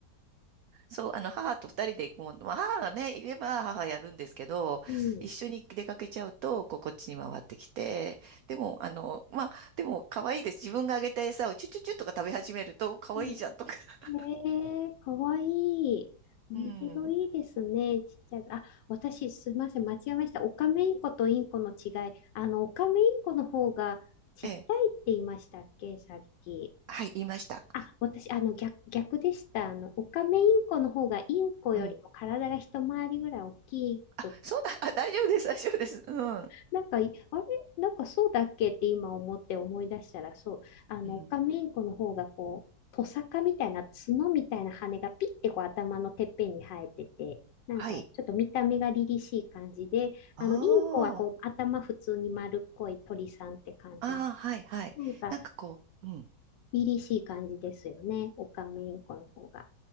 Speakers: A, on the right (about 70°); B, on the left (about 85°).
A: そう、あの、母と二人で行くもん、まあ、母がね、いれば母やるんですけど、
B: うん、
A: 一緒に出かけちゃうと、こう、こっちに回ってきて、でも、あの、まあ、でも、可愛いです。自分があげた餌をチュチュチュとか食べ始めると、可愛いじゃんとか。
B: うん
A: <laughs>
B: ねえ、かわいい。目白いいですね。
A: うん。
B: ちっちゃい。あ、私、すいません。間違えました。オカメインコとインコの違い。あの、オカメインコの方がちっちゃいって言いましたっけ、
A: ええ。
B: さっき。
A: はい、言いました。
B: あ、私、あの、逆、逆でした。あの、オカメインコの方がインコよりも体が一回りぐらい大きくっ
A: うん。あ、そうだ。あ、大丈夫です。大丈夫です。うん。
B: なんかい、あれなんかそうだっけって今思って思い出したら、そう、あの、
A: うん。
B: オカメインコの方がこう、トサカみたいな角みたいな羽がピッてこう頭のてっぺんに生えてて、なんかちょっと見た目が凛々しい感じで、
A: はい。ああ。
B: あの、インコはこう頭普通に丸っこい鳥さんって感じの、
A: ああ、はい、はい。
B: なんか
A: なんかこう、うん。
B: 凛々しい感じですよね、オカメインコの方が。